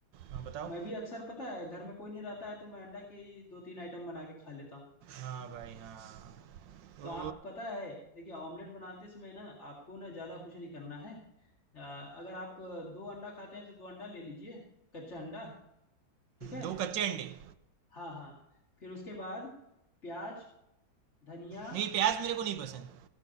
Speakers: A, on the right (about 70°); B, on the left (about 35°).
A: हाँ बताओ
B: मैं भी अक्सर पता है घर में कोई नहीं रहता है तो मैं अंडा की दो तीन आइटम बना के खा लेता हूँ
A: हाँ भाई हाँ तो
B: तो आप पता है देखिए ऑमलेट बनाते समय ना आपको ना ज़्यादा कुछ नहीं करना है अ, अगर आप अ, दो अंडा खाते हैं तो दो अंडा ले लीजिए कच्चा अंडा ठीक है
A: दो कच्चे अंडे
B: हाँ हाँ फिर उसके बाद प्याज धनिया
A: नहीं प्याज मेरे को नहीं पसंद